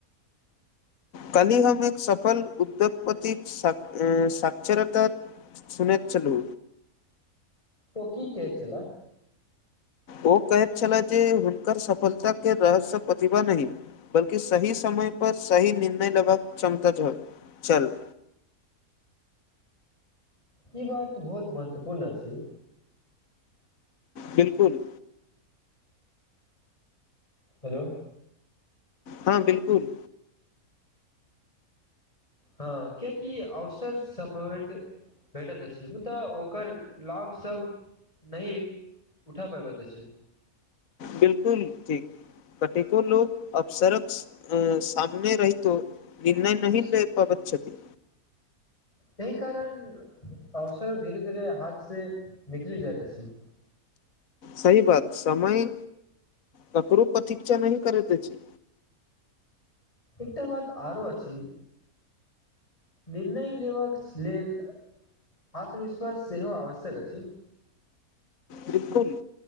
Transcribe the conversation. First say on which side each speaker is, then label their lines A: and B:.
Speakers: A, on the left; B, on the left.
A: कलिहमे एक सफल उद्योगपति स्षरत। <unintelligible> सुनैत चलू
B: ओ की कहै छला
A: ओ कहैत छले जे हुनकर सफलताके रहस्यसँ प्रतिभा नहि। बल्कि सही समय पर सही निर्णय लेबाक क्षमता छ हो चल
B: ई बात बहुत महत्वपूर्ण अछि।
A: बिलकुल
B: हेलो
A: हँ बिलकुल
B: हँ कियकि अवसर सम्भवित भेटैत अछि, मुदा ओकर लाभसभ नहि उठा पयबै अछि
A: बिलकुल ठीक कतेको लोको अब सर्क अ सामने रहितो निर्णय नही लै पाबत छथि।
B: एहि कारण अवसरो धीरे - धीरे हाथ से निकली जाइत जा अछी।
A: सही बात समय ककरो प्रतीक्षा नहि करैत अछि।
B: एकटा बात आरो अछी निर्णय लेबाक लेल आत्मविश्वास सेहो आवश्यक अछि।
A: बिलकुल